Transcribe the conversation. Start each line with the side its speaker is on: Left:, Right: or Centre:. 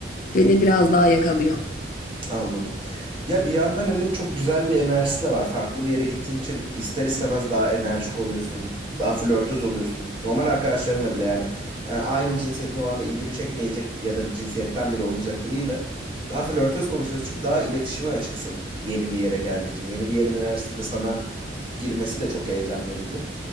Left: beni biraz daha yakalıyor.
Right: anladım. Ya bir yandan hani çok güzel bir enerjisi de var. Farklı bir yere gittiğin için ister istemez daha enerjik oluyorsun. Daha flörtöz oluyorsun. Normal arkadaşlarınla bile yani. Yani aynı cinsiyetin olan ve ilgini çekmeyecek ya da bir cinsiyetten bile olacak biriyle daha flörtöz konuşuyorsun çünkü daha iletişime açıksın yeni bir yere geldiğin için. Yeni bir yerin enerjisi de sana girmesi de çok heyecan verici.